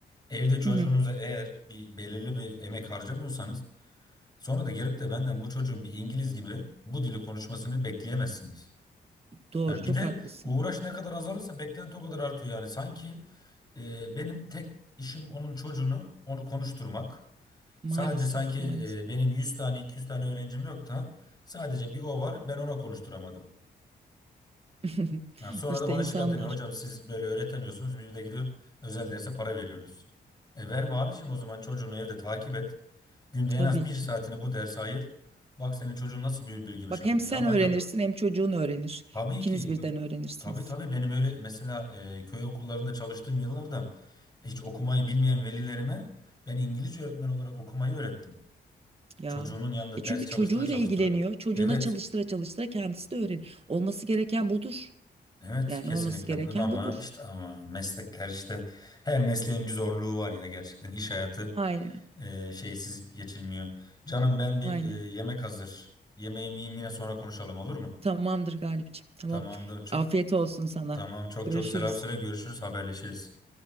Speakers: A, on the left; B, on the right.
A: evde çocuğunuza
B: Hı hı.
A: eğer bir belirli bir emek harcamıyorsanız sonra da gelip de benden bu çocuğun bir İngiliz gibi bu dili konuşmasını bekleyemezsiniz.
B: Doğru,
A: Yani
B: çok
A: bir de
B: haklısın.
A: uğraş ne kadar azalırsa beklenti o kadar artıyor yani sanki e, benim tek işim onun çocuğunu onu konuşturmak.
B: Maalesef,
A: Sadece sanki
B: maalesef.
A: e, benim 100 tane 200 tane öğrencim yok da sadece bir o var ben ona konuşturamadım.
B: <laughs>
A: Yani sonra
B: İşte
A: da bana
B: insanlar
A: şikayet ediyor hocam siz böyle öğretemiyorsunuz bir de gidip özel derse para veriyoruz. E verme abicim o zaman çocuğunu evde takip et. Günde en
B: tabii
A: az bir
B: ki.
A: saatini bu derse ayır. Bak senin çocuğun nasıl bülbül gibi
B: Bak
A: şakılıyor
B: hem sen
A: ama
B: öğrenirsin
A: yok.
B: hem çocuğun öğrenir.
A: Tabii
B: İkiniz
A: ki
B: birden
A: bu-
B: öğrenirsiniz.
A: tabii tabii benim öyle mesela e, köy okullarında çalıştığım yıllarda hiç okumayı bilmeyen velilerime ben İngilizce öğretmen olarak okumayı öğrettim.
B: Ya.
A: Çocuğunun yanında
B: E çünkü
A: ders çalıştıra
B: çocuğuyla
A: çalıştıra.
B: ilgileniyor. Çocuğuna
A: Evet.
B: çalıştıra çalıştıra kendisi de öğrenir. Olması gereken budur.
A: Evet
B: Yani
A: kesinlikle
B: olması gereken
A: budur ama
B: budur.
A: işte ama meslekler işte her mesleğin bir zorluğu var ya gerçekten iş hayatı
B: Aynen.
A: e, şeysiz geçilmiyor. Canım ben bir
B: Aynen.
A: e, yemek hazır. Yemeğimi yiyeyim yine sonra konuşalım olur mu?
B: Tamamdır Galipciğim. Tamam.
A: Tamamdır çok
B: Afiyet olsun sana.
A: tamam çok
B: Görüşürüz.
A: çok selam söyle görüşürüz haberleşiriz.